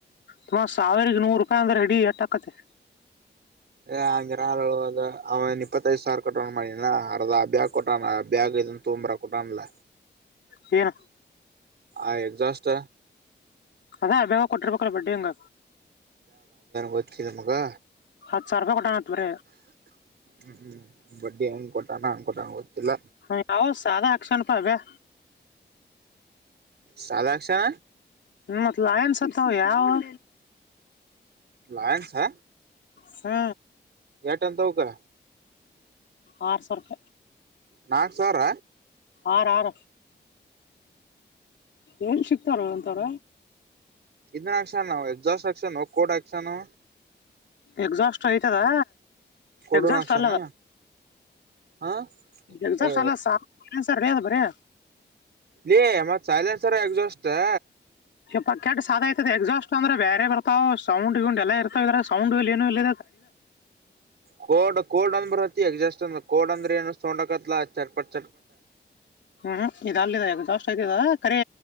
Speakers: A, on the left; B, on the right.
A: ತುಂಬಾ ಸಾವಿರ ನೂರು ರೂಪಾಯಿ ಅಂದ್ರೆ ರಡಿ ಎಟಾಕತೆ
B: ಏ ಹಂಗಗೆರ ಅವನ್ ಇಪ್ಪತ್ತೈದ ಸಾವರ ಕೊಟ್ಟಣ ಮಾಡಿನ ಅರ್ದ ಬ್ಯಾಗ್ ಕೊಟ್ಟಣ ಬ್ಯಾಗ್ ತೋಂಬ್ರ ಕೂಟ ಆಲ
A: ಹೇರ
B: ಆಯ ಜಾಸ್ತ
A: ಅದಾ ಬೇಗ ಕೊಟ್ಟಿರ್ಬೇಕಲ್ಲ ಬಡ್ಡಿ ಹಂಗ
B: ವಕಿ ನಮ್ಗೆ
A: ಹತ್ತು ಸಾರ್ ರಪಾಯಿ ಕೊಟ್ಟಣತ್ ಬ್ರ
B: ಹ್ಮ್ ಬಡ್ಡಿ ಅಂಗ್ ಕೊಟಾನ ಅಂಗ್ ಕೊಟಣ ಗೊತ್ತಿಲ್ಲ
A: ಹ ಯಾವ ಸಾದಾ ಅಕ್ಷಣ ಪಾವ್ಯಾ
B: ಸಾಲ ಆಕ್ಷಣ
A: ಮತ್ತಲಾಯನ್ ಸತ್ತ ಯಾವಾವ
B: ಲಾಯನ್ಸ್ ಹ
A: ಹ್ಮ
B: ಯಟಂತ ಹ ಕ
A: ಆಾರ ಸೊ ರೂಪ.
B: ನಾಕ್ಸವ್ರ
A: ಆರ ಆರ ಏನ್ ಸಿಕ್ತಾರ ಒಂತಾರ.
B: ಇದನ್ಾಕ್ಷಣ ನವು ಎಕ್ಸಾಸ್ಟ್ ಆಾಕ್ಷನ್ ಕೋಡ್ ಹಾಕ್ಕ್ಷಾನ.
A: ಎಕ್ಸಾಸ್ಟ್ ಆಯ್ತದಾ.
B: ಕೊಡನ್
A: ಎಗ್ಸ್ಯಾಟ್
B: ಹಾಕ್ಸನ
A: ಅಲ್ಲ ಅದ್
B: ಹ
A: ಎಗ್ಸಾ್ಟ
B: ಏ
A: ಅಲ್ಲ ಸ. ಸರಿದು ಬರಯ.
B: ಇ ಮತ್ ಸಯ್ಲಾನ್ಸರ್ ಎಗ್ಸ್ಯಾಟ್ಸಾ
A: ಇ ಪ ಕೆಟ್ಟಟ್ ಸಾಾದ ಆಐತದೆ ಎಕ್ಸಾಸ್ಟ್ ಅಂದ್ರೆ ಬೇರೆ ಬರ್ತಾವ ಸೌಡ್ ಎಲ್ಲ ಇರ್ತಾವ ಇದ್ರ ಸೌ್ಡ್ ಇಲ್ಲಿ ಏನು ಇಲ್ಲ
B: ಕೋಡ್ ಕೋಡ್ ಅಂದ ಬರತಿ ಎಗ್ ಜಸ್ಟ್ ಅಂದ ಕೋಡ್ ಅಂದ್ರೆ ಏನ ತೊಂಡಕತ್ಲ ಚಟ್ಪಟ್ಟ
A: ಹ್ಮ್ ಇದು ಅಲ್ಲಿದೆದು ಜಾಸ್ಟ್ ಆಯ್ತು ಕರಿ